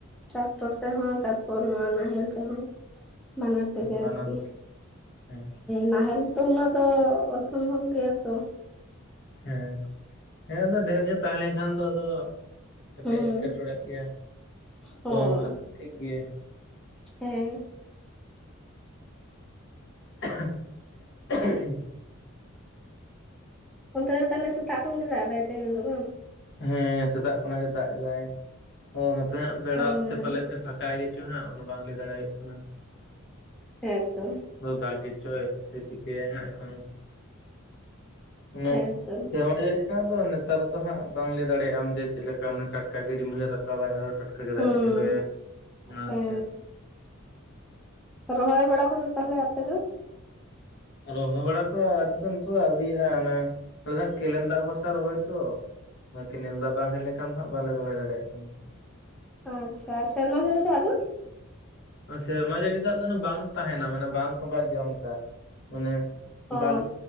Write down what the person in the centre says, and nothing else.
ᱴᱨᱟᱠᱴᱚᱨ ᱛᱮᱦᱚᱸ ᱛᱟᱨᱯᱚᱨ ᱱᱚᱣᱟ ᱱᱟᱦᱮᱞ ᱛᱮᱦᱚᱸ ᱵᱟᱱᱟᱨ ᱛᱮᱜᱮ
ᱟᱨᱠᱤ
ᱱᱟᱦᱮᱞ ᱛᱚ ᱩᱱᱟᱹᱜ ᱫᱚ ᱚᱥᱚᱢᱵᱷᱚᱵᱽ ᱜᱮᱭᱟ ᱛᱚ
ᱦᱩᱸ
ᱦᱳᱭ
ᱦᱮᱸ
ᱚᱱᱛᱮ ᱫᱚ ᱛᱟᱦᱚᱞᱮ ᱥᱮᱛᱟᱜ ᱠᱷᱚᱱ ᱜᱮ ᱫᱟᱜ ᱫᱟᱭ ᱛᱮᱦᱮᱱ ᱫᱚ ᱵᱟᱝ
ᱦᱮᱸ
ᱦᱮᱸ ᱛᱚ
ᱦᱮᱸᱛᱚ
ᱦᱩᱸ
ᱦᱮᱸ ᱨᱚᱦᱚᱭ ᱵᱟᱲᱟ ᱠᱚᱫᱚ ᱛᱟᱦᱚᱞᱮ ᱟᱯᱮ ᱫᱚ
ᱟᱪᱪᱷᱟ ᱟᱨ ᱥᱮᱨᱢᱟ ᱡᱟᱹᱲᱤ ᱫᱟᱜ ᱫᱚ
ᱚ